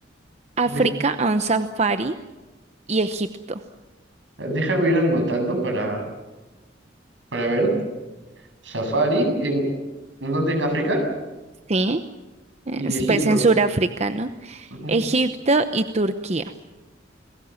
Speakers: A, on the right; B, on the right.
A: África
B: Deja-
A: a un safari y Egipto,
B: déjame ir anotando para, para ver. Safari, en, ¿en dónde? En África
A: ¿sí? Es,
B: y Egipto.
A: pues en Sudáfrica, ¿no?
B: Ujú.
A: Egipto y Turquía.